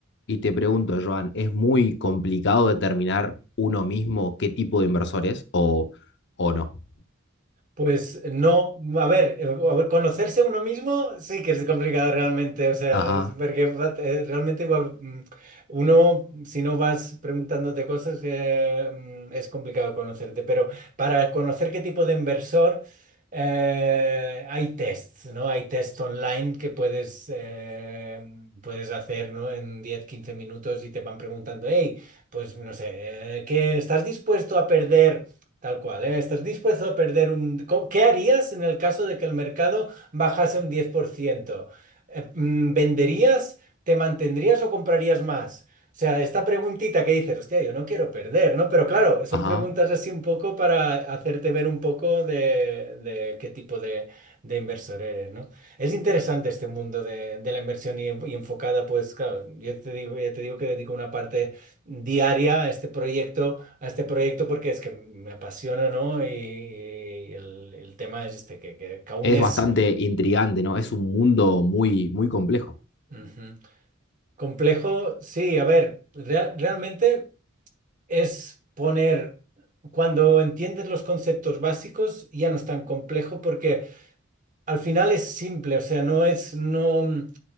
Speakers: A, on the left; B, on the right.
A: Y te pregunto, Joan, ¿es muy complicado determinar uno mismo qué tipo de inversor es o, o no?
B: Pues no, a ver, eh, a ver, conocerse a uno mismo sí que es complicado realmente, o sea,
A: Ajá,
B: es porque eh, realmente igual mm, uno, si no vas preguntándote cosas, eh, mm, es complicado conocerte, pero para conocer qué tipo de inversor eh, hay tests, ¿no? Hay tests online que puedes, eh, puedes hacer, ¿no? En 10 15 minutos y te van preguntando, hey, pues no sé, eh, ¿qué estás dispuesto a perder? Tal cual, ¿eh? ¿Estás dispuesto a perder un... co- ¿Qué harías en el caso de que el mercado bajase un 10%? Eh, mm, ¿Venderías, te mantendrías o comprarías más? O sea, esta preguntita que dices, hostia, yo no quiero perder, ¿no? Pero claro, son
A: ajá,
B: preguntas así un poco para hacerte ver un poco de, de qué tipo de, de inversor eres, ¿no? Es interesante este mundo de, de la inversión y, y enfocada, pues claro, yo te digo, ya te digo que dedico una parte diaria a este proyecto a este proyecto porque es que me apasiona, ¿no? Y, y el, el tema es este, que, que, que aún
A: Es
B: es
A: bastante intrigante, ¿no? Es un mundo muy, muy complejo.
B: ujú, complejo. Sí, a ver, rea- realmente es poner, cuando entiendes los conceptos básicos, ya no es tan complejo porque Al final es simple, o sea, no es, no, mm,